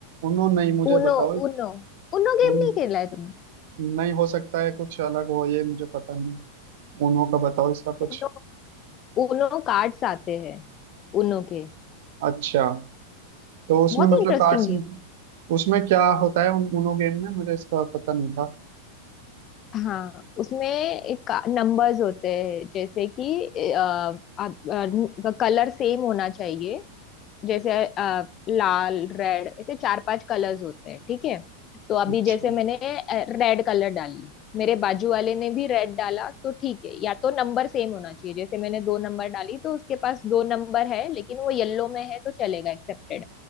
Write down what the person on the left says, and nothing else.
उनो
उनो उनो गेम
नहीं खेला है तुमने
उनो उनो कार्ड्स आते हैं उनो के
बहुत
ही इंटरेस्टिंग
गेम
हाँ उसमें एक नंबर्स होते हैं जैसे कि अ, आप अ, कलर सेम होना चाहिए जैसे अ, लाल रेड ऐसे चार पांच कलर्स होते हैं ठीक है तो अभी
जैसे मैंने रेड कलर डाली मेरे बाजू वाले ने भी रेड डाला तो ठीक है या तो नंबर सेम होना चाहिए जैसे मैंने दो नंबर डाली तो उसके पास दो नंबर है लेकिन वो येलो में है तो चलेगा एक्सेप्टेड